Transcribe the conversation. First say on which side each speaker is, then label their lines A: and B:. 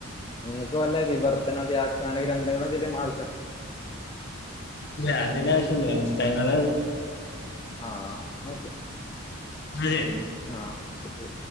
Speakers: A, on the left (about 20°); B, on the left (about 50°).
A: നിങ്ങക്ക് വല്ല വിവർത്തന വ്യാഖ്യാന ഗ്രന്ഥങ്ങൾ എന്തെങ്കിലും ആ
B: ഇല്ല അതിന്റെ ആവശ്യ ഒന്നു ഇല്ല പുസ്തകങ്ങള്
A: ആ ഓക്കെ
B: അതെ
A: ആ ശരി